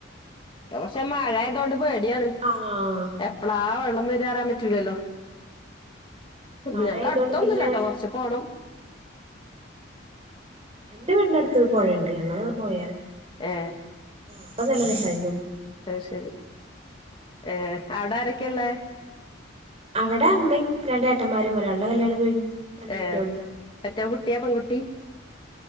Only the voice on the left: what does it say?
പക്ഷേ മഴ ആയതോണ്ട് പേടിയാണ് എപ്
- എപ്പളാ ആ വെള്ളം വരാന്ന് പറയാൻ പറ്റൂലല്ലോ?
ഞങ്ങക്ക്
അടുത്തൊന്നുംല്ലട്ടോ
കൊറച്ച് പോണം
ഏ
അയ്ശരി ഏ അവിടെ ആരൊക്കെ ഉള്ളെ?
ഏ
മറ്റ
കുട്ടിയാ പെൺകുട്ടി